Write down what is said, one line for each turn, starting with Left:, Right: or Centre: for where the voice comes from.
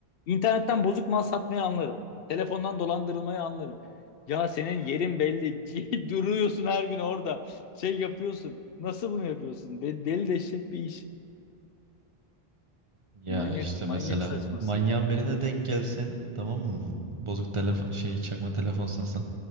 Left: internetten bozuk mal satmayı anlarım. Telefondan dolandırılmayı anlarım. Ya senin yerin belli. <laughs> Duruyorsun her gün orada. Şey yapıyorsun. Nasıl bunu yapıyorsun? De deli dehşet bir iş.
Right: Ya
Left: Manyak
Right: işte
Left: manyak
Right: mesela
Left: saçması
Right: manyağın
Left: yani.
Right: birine denk gelsin tamam mı? Bozuk telefon şey çakma telefon satsan.